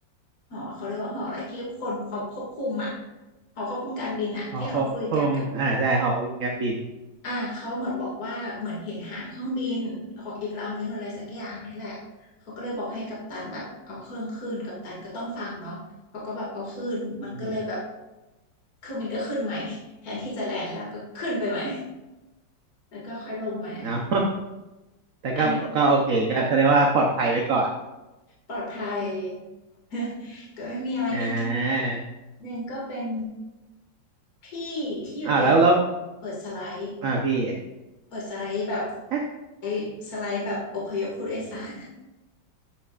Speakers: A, on the left; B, on the right.
A: หอเขาเรียกว่าหออะไรที่คนเขาควบคุมอ่ะหอควบคุมการบินอ่ะที่เขาคุยกันกับ
B: หอคกคมอ่าใช่หอคกคุมการบิน
A: อ่าเขาเหมือนบอกว่าเหมือนเห็นหางเครื่องบินของอีกลำนึงอะไรสักอย่างนี่แหละเขาก็เลยบอกให้กัปตันแบบเอาเครื่องขึ้นกัปตันก็ต้องฟังเนาะเขาก็แบบเอาขึ้นมันก็เลยแบบ
B: อืม
A: เครืองบินก็ขึ้นใหม่แทนที่จะแลนด์แล้วก็ขึ้นไปใหม่ แล้วก็ค่อยลงมา
B: เอา <laughs> แต่ก็ก็โอเคก็เขาเรียกว่าปลอดภัยไว้ก่อน
A: อันนี้ปลอดภัย <laughs> ก็ไม่มีอะไรมีคลิป
B: อ่า
A: หนึ่งก็เป็นพี่ที่อยู่แกล
B: อ่าแล้วแล้ว
A: เปิดสไลด์
B: อ่าพี่
A: เปิดสไลด์แบบสไ
B: ฮะ
A: ลด์สไลด์แบบอพยพผู้โดยสารอะ